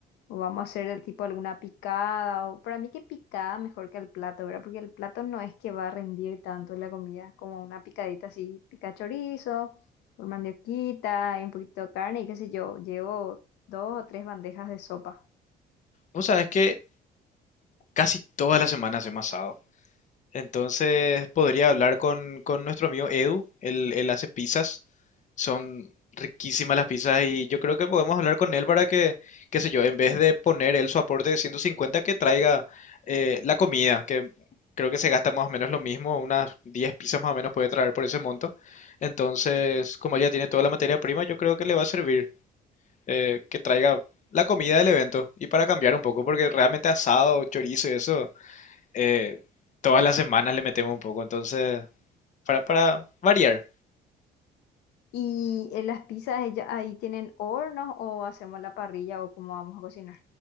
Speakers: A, on the left (about 80°); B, on the left (about 45°).
A: O vamos a hacer el tipo alguna picada, o para mí que picada mejor que el plato, ¿verdad? Porque el plato no es que va a rendir tanto la comida como una picadita así, pica chorizo, por mandioquita, y un poquito de carne y qué sé yo, llevo dos o tres bandejas de sopa.
B: Vos sabés que casi todas las semanas hacemos asado. Entonces podría hablar con, con nuestro amigo Edu, él, él hace pizzas, son riquísimas las pizzas y yo creo que podemos hablar con él para que, qué sé yo, en vez de poner él su aporte de 150, que traiga eh, la comida, que creo que se gasta más o menos lo mismo, unas 10 pizzas más o menos puede traer por ese monto. Entonces, como él ya tiene toda la materia prima, yo creo que le va a servir eh, que traiga la comida del evento y para cambiar un poco, porque realmente asado, chorizo y eso eh, todas las semanas le metemos un poco, entonces, para, para variar.
A: Y en las pizzas ella- ahí tienen hornos o hacemos la parrilla o cómo vamos a cocinar.